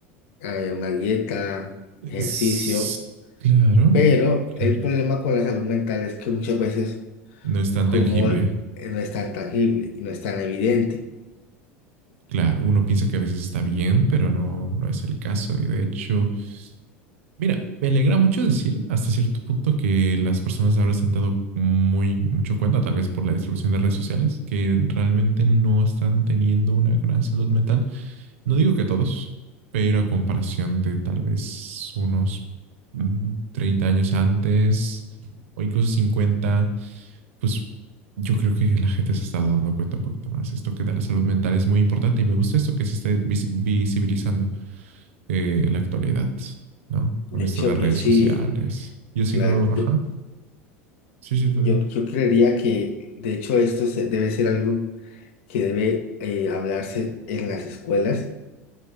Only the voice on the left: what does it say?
eh, una dieta,
ejercicio,
pero
el problema con la salud mental es que muchas veces
como
eh, no es tan tangible y no es tan evidente.
De
hecho,
yo sí,
claro,
de-
yo,
yo creería que de hecho esto se- debe ser algo que debe eh, hablarse en las escuelas,